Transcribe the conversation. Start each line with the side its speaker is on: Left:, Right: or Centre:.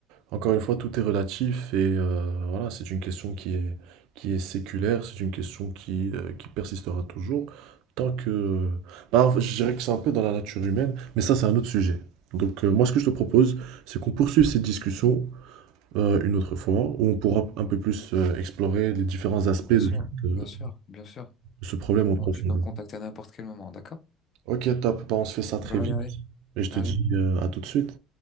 Right: encore une fois, tout est relatif et euh, voilà, c'est une question qui est, qui est séculaire, c'est une question qui, euh, qui persistera toujours tant que... Bah, en fait, je dirais que c'est un peu dans la nature humaine, mais ça, c'est un autre sujet. Donc, euh, moi, ce que je te propose, c'est qu'on poursuive cette discussion euh, une autre fois, où on pourra un peu plus euh, explorer les différents aspects
Left: Bien
Right: de,
Left: sûr,
Right: de-
Left: bien sûr, bien sûr. Tu
Right: de ce problème
Left: peux me, con-
Right: en profondeur.
Left: tu peux me contacter à n'importe quel moment, d'accord?
Right: Ok, top, bah, on se fait ça très
Left: Bah
Right: vite
Left: allez, allez,
Right: et je
Left: allez.
Right: te dis euh, à tout de suite.